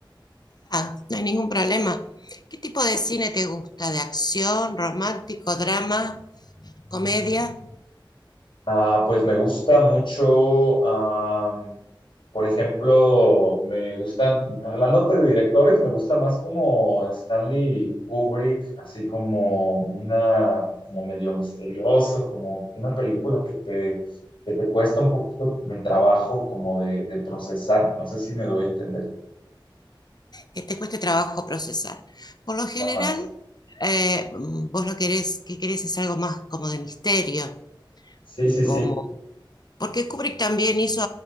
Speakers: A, on the left; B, on the left.
A: Ah, no hay ningún problema. ¿Qué tipo de cine te gusta? ¿De acción, romántico, drama, comedia?
B: Ah, pues me gusta mucho, am, por ejemplo, me gustan, hablándote de directores, me gusta más como Stanley Kubrick, así como una, como medio misterioso, como una película que te, que te cuesta un poquito de trabajo como de, de procesar, no sé si me doy a entender.
A: Que te cueste trabajo procesar. Por lo general,
B: Ajá.
A: eh, vos lo querés, que querés es algo más como de misterio,
B: Sí, sí,
A: como...
B: sí.
A: Porque Kubrick también hizo